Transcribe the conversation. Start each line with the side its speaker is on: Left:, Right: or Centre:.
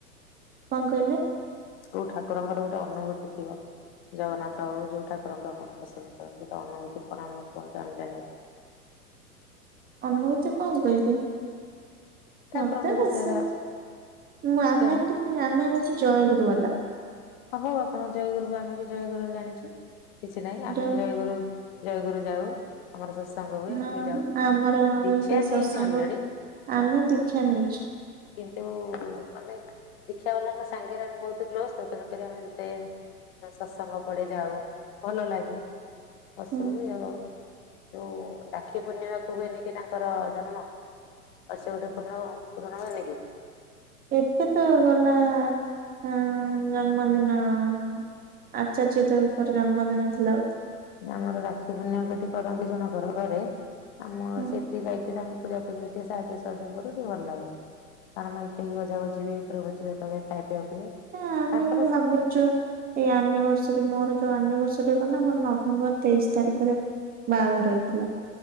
Right: କଣ କହିଲେ?
Left: କୋଉ ଠାକୁରଙ୍କର ଗୋଟେ ଅନୁଭୂତି ଥିବ। ଜଗନ୍ନାଥ ହଉ ଯୋଉ ଠାକୁରଙ୍କୁ ଆପଣ ପସନ୍ଦ କରନ୍ତି ଗୋଟେ ଅନୁଭୂତି କଣ ଆମକୁ କୁହନ୍ତୁ ଆମେ ଜାଣିବାୁ
Right: ଅନୁଭୂତି କଣ କହିବି?
Left: ଠାକୁରଙ୍କ
Right: ମତେ <unintelligible>
Left: ବିଷୟରେ ଆଉ
Right: ମୁଁ ଆମେ
Left: କେମିତି
Right: ଟିକେ ଆମେ ହଉଚୁ ଜୟଗୁରୁ ବାଲା।
Left: ହଉ ଆପଣ ଜୟଗୁରୁ ବି ଆମେ ବି ଜୟଗୁରୁ ଜାଣିଚୁ। କିଛି ନାହିଁ ଆମେ
Right: ଜୟ
Left: ବି ଜୟଗୁରୁ ଜୟଗୁରୁ ଯାଉ ଆମର ସତସଙ୍ଗ ହୁଏ
Right: ହଁ
Left: ଆମେ ବି ଯାଉ।
Right: ଆମର ଏବେ
Left: ଦୀକ୍ଷା
Right: ସେଇ
Left: ନେଇନି
Right: ସତ୍ସଙ୍ଗ
Left: ଅଲରେଡି
Right: ଆମେ ଦୀକ୍ଷା ନେଇଚୁ।
Left: କିନ୍ତୁ ମାନେ ଦୀକ୍ଷା ବାଲାଙ୍କ ସାଙ୍ଗରେ ଆମେ ବହୁତ କ୍ଲୋଜ ତ ତେଣୁ ତେଣୁ ଆମେ ଯେତେ ସତ୍ସଙ୍ଗ ପଡେ ଯାଉ, ଭଲ ଲାଗେ। ପଶୁ
Right: ହୁଁ
Left: ଇ ହଉ ଯୋଉ ରାକ୍ଷୀ ପୂର୍ଣ୍ଣିମାକୁୁ ହୁଏନି କି ତାଙ୍କର ଜନ୍ମ। ଅ ସେ ଗୋଟେ ପୂର୍ଣ ପୂରଣ ହେବେନି କିି?
Right: ଏବେ ତ ଗଲା ଅ ଜନ୍ମଦିନ। ଆଚାର୍ଯ୍ୟ ଦେଙ୍କର ଜନ୍ମଦିନ ଥିଲା ବୋଧେ।
Left: ଆମର ରାକ୍ଷୀ ପୂର୍ଣ୍ଣିମା କୁ ଏଠି କରନ୍ତି ଜଣଙ୍କର ଘରେ ଆମ
Right: ହଁ
Left: ସେଠ ଟି ଯାଇି ତାଙ୍କୁ ପୂଜା ପୂଜା ଟିକେ ସାହାଯ୍ୟ ସହଯୋଗ କରୁ ଟିକେ ଭଲ ଲାଗେ। ତାଙ୍କର ମାଇକି ଫାଇକି ବଜା ବୁଜି ହୁଏ ପୁରା ଭୋଜି ଭାତ ହୁଏ ଖାଇବା ପିଇବା ହୁଏ।
Right: ହଁ ଆମେ
Left: ତାଙ୍କର
Right: ବି ଭାବୁଛୁ ଏଇ ଆନିଭର୍ସରୀ ମୋର ଯୋଉ ଆନିଭର୍ସରୀ ହବ ନା ମୋ ନଭେମ୍ବର ତେଇଶ ତାରିଖରେ ବାହାଘର ହେଇଥିଲା।